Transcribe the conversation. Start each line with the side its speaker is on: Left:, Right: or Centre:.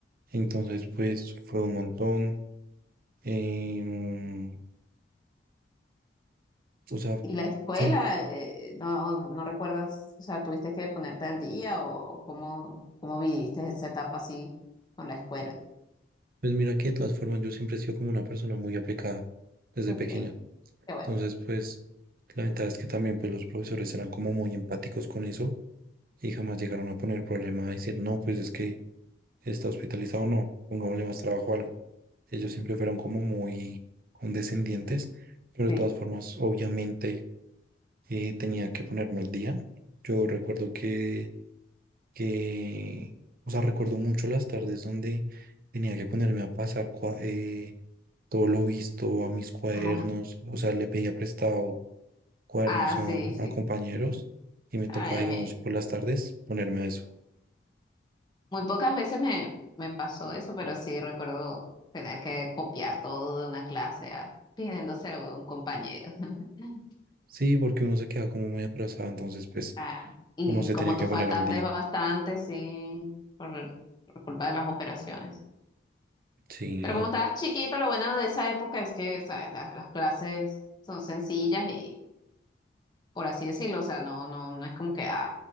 Right: Entonces, pues fue un montón. em, o sea,
Left: ¿Y la escuela?
Right: se-
Left: eh, no, no recuerdas, o sea, tuviste que ponerte al día o cómo, cómo viviste esa etapa así con la escuela?
Right: pues mira que de todas formas yo siempre he sido como una persona muy aplicada desde
Left: Ok,
Right: pequeño.
Left: qué bueno.
Right: Entonces, pues la ventaja es que también pues los profesores eran como muy empáticos con eso y jamás llegaron a poner problema a decir, no, pues es que está hospitalizado o no, pongámosle más trabajo o algo. Ellos siempre fueron como muy condescendientes, pero
Left: Sí.
Right: de todas formas, obviamente, eh, tenía que ponerme al día. Yo recuerdo que, que, o sea, recuerdo mucho las tardes donde tenía que ponerme a pasar cua- eh, todo lo visto a mis cuadernos,
Left: Ah,
Right: o sea, le pedía prestado cuadernos
Left: ah, sí,
Right: a,
Left: sí.
Right: a compañeros y me
Left: Ay,
Right: tocaba,
Left: a
Right: digamos,
Left: mí
Right: por las tardes ponerme a eso.
Left: muy pocas veces me, me pasó eso, pero sí recuerdo tener que copiar todo de una clase a, pidiéndoselo a un compañero. <laughs>
Right: Sí, porque uno se queda como muy atrasado, entonces pues
Left: Ah, y
Right: uno se
Left: como
Right: tenía que
Left: tú faltaste
Right: poner al día.
Left: bastante, sí, por, por culpa de las operaciones.
Right: Sí,
Left: Pero como estabas chiquito, lo bueno de esa época es que, ¿sabes? Las, las clases son sencillas y, por así decirlo, o sea, no, no, no es como que ah,